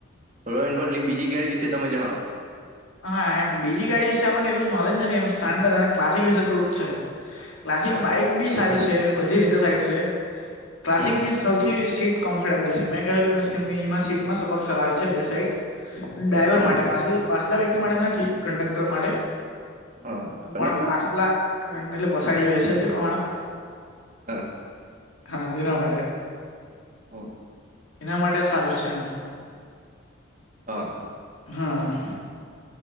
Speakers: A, on the right (about 35°); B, on the left (about 80°).
A: રોય એફિલ્ડની બીજી કેવી વિશે તમે જણાવો.
B: હા એમ બીજી ગાડી વિશે આપણને એટલું નોલેજ નથી એમ સ્ટાન્ડર્ડ અને ક્લાસિક વિશે થોડુંક છે ક્લાસિક
A: હા
B: બાઈક બી સારી છે બધી રીતે સાઈડ છે ક્લાસિક
A: હમ
B: ની સૌથી સીટ કમ્ફર્ટેબલ છે મેં કહ્યું કે એમાં સીટમાં સબક્ક રાવે છે બે સાઈટ ડ્રાઈવર
A: હા
B: માટે પાછલી પાછલા વેક માટે નથી કંડક્ટર માટે
A: હા કંડક્ટર
B: પણ પાસ્લા હા એટલે એમ પસાડી દેશે એ પ્રમાણે
A: હા
B: હા તેના માટે
A: હા.
B: એના માટે સારું છે એમ.
A: હા.
B: હા.